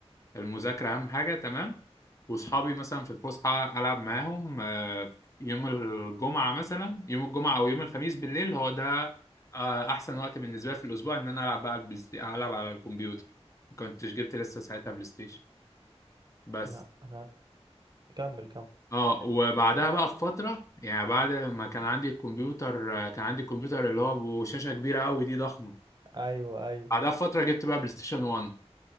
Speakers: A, on the left (about 30°); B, on the right (about 40°).
A: المذاكرة أهم حاجة تمام وصحابي مثلا في الفسحة ألعب معاهم آه، يوم الجمعة مثلا يوم الجمعة أو يوم الخميس بالليل هو ده آه، أحسن وقت بالنسبة لي في الأسبوع إن أنا ألعب بقى على البلاي ستي- ألعب على الكمبيوتر ما كنتش جبت لسه ساعتها بلاي ستيشن بس
B: لا انا كمل كمل
A: اه وبعدها بقى بفترة يعني بعد ما كان عندي الكمبيوتر آه، كان عندي الكمبيوتر اللي هو بشاشة كبيرة قوي دي ضخمة
B: ايوه ايوه
A: بعدها بفترة جبت بقى بلاي ستيشن 1